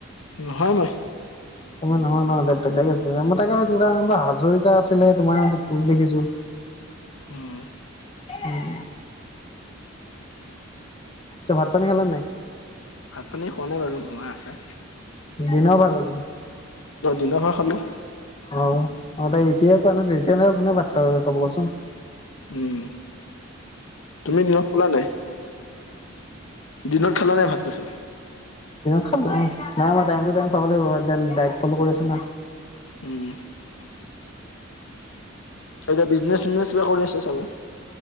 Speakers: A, on the left; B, on the left.
A: নহয় মই।
B: নহয় নহয় বেলেগ আছে মই তাকে হাজৰিকা আছিলে তোমাৰ নামটো কোচ দেখিছোঁ। <inaudible>
A: উম।
B: উম অ ভাত পানী খালে নাই
A: ভাত পানী খোৱা নে বাৰু মা আছে
B: দিন ভাগত
A: ত দিনতে খালো
B: অ অ এতিয়াাই কোৱা এতিয়া কোনে ভাত খাব খাব কচোন
A: উম তুমি দিনত শুলা নাই দিনত খালা নাই ভাত কৈছো
B: খাল নাই ম খাব লাগিব ফল কৰিছ ন
A: উম এতিয়া বিজনেচ নেচ কিবা কৰি আছে চবে